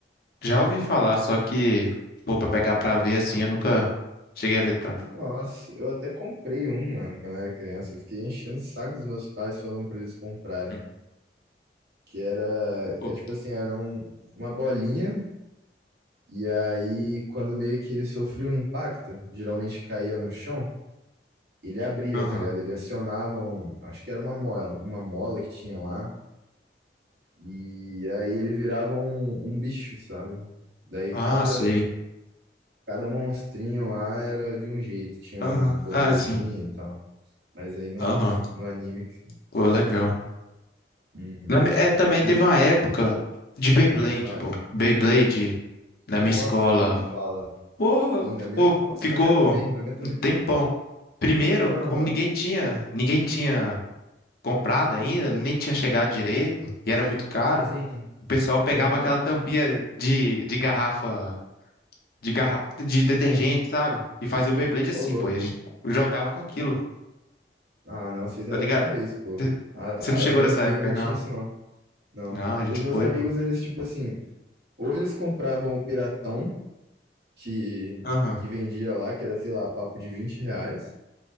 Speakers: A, on the left; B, on the right.
A: Já ouvi falar, só que, pô, pra pegar pra ver assim, eu nunca cheguei a ver tanto.
B: Nossa, eu até comprei um, mano, quando eu era criança. Eu fiquei enchendo o saco dos meus pais falando pra eles comprarem.
A: Hum,
B: Que era,
A: pô.
B: é tipo assim, era um, uma bolinha E aí, quando meio que ele sofria um impacto, geralmente caía no chão, ele abria,
A: Aham.
B: tá ligado? Ele acionava um, acho que era uma mola, uma mola que tinha lá, e aí ele virava um, um bicho, sabe? Daí
A: Ah,
B: cada,
A: sei.
B: cada monstrinho lá era de um jeito, tinha
A: Aham.
B: um poderzinho
A: Ah, sim.
B: e tal. Mas aí no,
A: Aham.
B: no anime. que-
A: Pô, legal.
B: Uhum.
A: Na mi- é, também
B: E
A: teve
B: o.
A: uma época de Beyblade,
B: Ah, falha.
A: pô. Beyblade na minha
B: Nossa,
A: escola.
B: nem me fala.
A: Pô,
B: Sim, na
A: ficou,
B: minha. Nossa,
A: ficou
B: na minha também, na minha também.
A: um tempão. Primeiro,
B: Aham,
A: como ninguém tinha, ninguém tinha comprado ainda, nem tinha chegado direito, e era muito caro,
B: sim.
A: o pessoal pegava
B: Aham.
A: aquela tampinha de, de garrafa, de garrafa, de detergente, sabe? E fazia o Beyblade
B: Ô,
A: assim,
B: louco.
A: pô, e a gente jogava com aquilo,
B: Ah, não, vocês
A: tá
B: eram
A: ligado?
B: muito raiz, pô. A-
A: Você não chegou
B: a- os meus
A: nessa
B: amigos
A: época
B: não
A: aí, não?
B: tinham isso, não. Não.
A: Não, a gente
B: Os meus
A: foi.
B: amigos,
A: pô.
B: eles, tipo assim, ou eles compravam o piratão que,
A: Aham,
B: que vendia lá, que era, sei lá, papo de 20 reais,